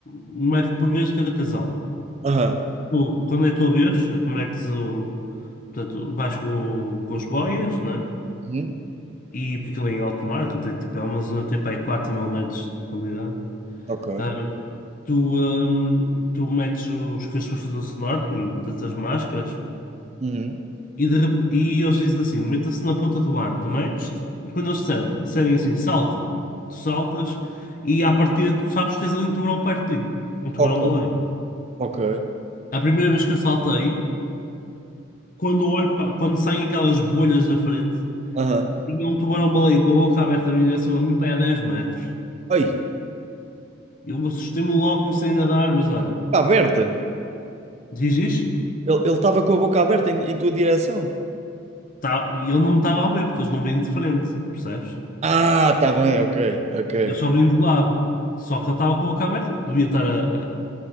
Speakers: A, on the left (about 40°); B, on the right (about 30°).
A: mete por vez cada casal.
B: Aham.
A: Tu, quando é a tua vez, metes o. Portanto, vais com, o- com as boias, né?
B: Uhum.
A: E porque aquilo é em alto mar, aquilo tem tipo, é uma zona que tem para aí 4 mil metros de profundidade.
B: Ok.
A: Ah, tu, ah, tu metes os coisas para fazer o snorkeling, portanto as máscaras,
B: Uhum.
A: E, de rep- e eles dizem assim: meta-se na ponta do barco, tu metes-te, e quando eles disser- disserem assim, salta, tu saltas, e à partida tu sabes que tens ali um tubarão perto de ti, um tubarão-baleia.
B: Ok, ok.
A: A primeira vez que eu saltei, quando olho pa- quando saem aquelas bolhas da frente,
B: Aham.
A: tinha um tubarão-baleia com a boca aberta em direção a mim para aí a 10 metros.
B: Aí,
A: Eu assustei-me logo, comecei a nadar, mas olha,
B: está aberta.
A: dizes?
B: Ele estava com a boca aberta em, em tua direção.
A: Tá, e ele não me estava a ver, porque eles não vêm de frente, percebes?
B: Ah, está bem, ok, ok.
A: Eles só vêm do Ok. lado. Só que ele estava com a boca aberta, porque devia estar a,